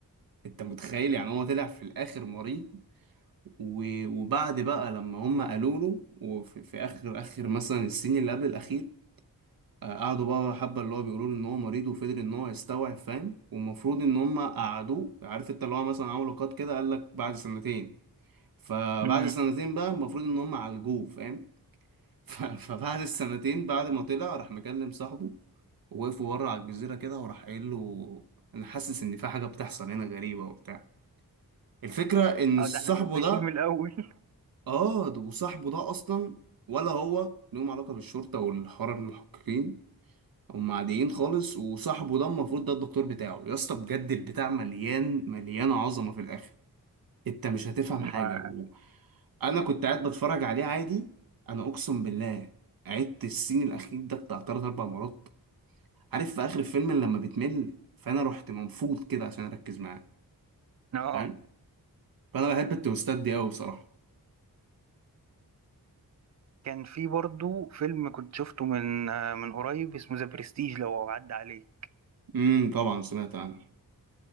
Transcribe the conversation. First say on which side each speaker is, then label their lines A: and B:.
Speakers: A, on the right; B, on the right.
A: انت متخيل يعني هو طلع في الاخر مريض و- وبعد بقى لما هم قالوا له وفي في اخر اخر مثلا السين اللي قبل الاخير آه، قعدوا بقى حبة اللي هو بيقولوا له ان هو مريض وفضل ان هو يستوعب فاهم والمفروض ان هم قعدوه عارف انت اللي هو مثلا عملوا قط كده قال لك بعد سنتين فبعد
B: امم
A: سنتين بقى المفروض ان هم عالجوه فاهم <laughs> ف- فبعد السنتين بعد ما طلع راح مكلم صاحبه ووقفوا بره على الجزيرة كده وراح قايل له انا حاسس ان في حاجة بتحصل هنا غريبة وبتاع الفكرة ان
B: اه
A: صاحبه
B: ده احنا بنعيد
A: ده
B: من الاول
A: اه ده- وصاحبه ده اصلا ولا هو ليهم علاقة بالشرطة والحوار المحققين هم عاديين خالص وصاحبه ده المفروض ده الدكتور بتاعه يا اسطى بجد البتاع مليان مليان عظمه في الاخر انت مش هتفهم
B: <laughs>
A: حاجه و... انا كنت قاعد بتفرج عليه عادي انا اقسم بالله عدت السين الاخير ده بتاع تلات اربع مرات عارف في اخر الفيلم لما بتمل فانا رحت منفوض كده عشان اركز معاه
B: اه
A: فاهم فانا بحب التوستات دي قوي بصراحه
B: كان في برضو فيلم كنت شفته من آه، من قريب اسمه ذا برستيج لو عدى عليه
A: امم طبعا سمعت عنه